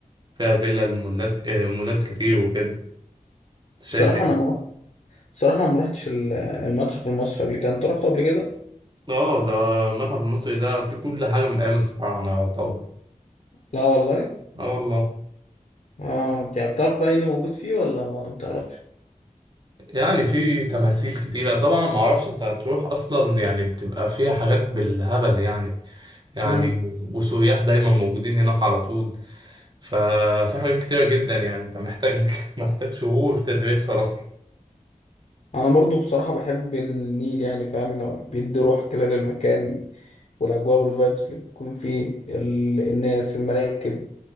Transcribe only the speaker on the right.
فيها فيلا المولات آه، مولات كتير وكده انت شايف
إيه؟
اه ده المتحف المصري ده فيه كل حاجة من أيام الفراعنة طبعا
اه والله
يعني في تماثيل كتيرة طبعا ما اعرفش انت هتروح اصلا يعني بتبقى فيها حاجات بالهبل يعني يعني
وسياح دايما موجودين هناك على طول ففي حاجات كتيرة جدا يعني انت محتاج <laughs> محتاج شهور تدرسها اصلا